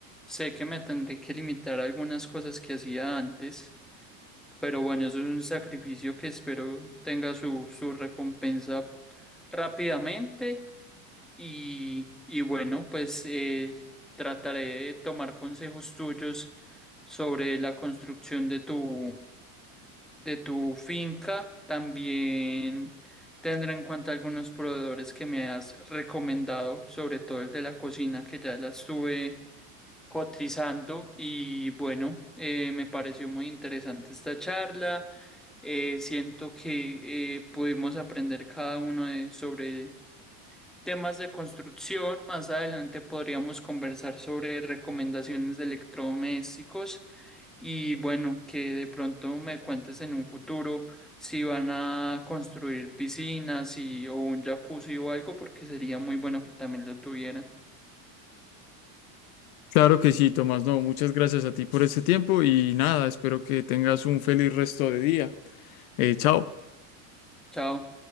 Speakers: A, in the centre; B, on the left.
A: Sé que me tendré que limitar a algunas cosas que hacía antes, pero bueno, eso es un sacrificio que espero tenga su, su recompensa rápidamente. Y, y bueno, pues eh, trataré de tomar consejos tuyos sobre la construcción de tu de tu finca. También tendré en cuenta algunos proveedores que me has recomendado, sobre todo el de la cocina, que ya la estuve cotizando. Y bueno, eh, me pareció muy interesante esta charla. Eh, siento que eh, pudimos aprender cada uno de- sobre temas de construcción. Más adelante podríamos conversar sobre recomendaciones de electrodomésticos y bueno, que de pronto me cuentes en un futuro si van a construir piscinas y, o un jacuzzi o algo, porque sería muy bueno que también lo tuvieran.
B: Claro que sí, Tomás. No, muchas gracias a ti por este tiempo y nada, espero que tengas un feliz resto de día. Eh, chao.
A: Chao.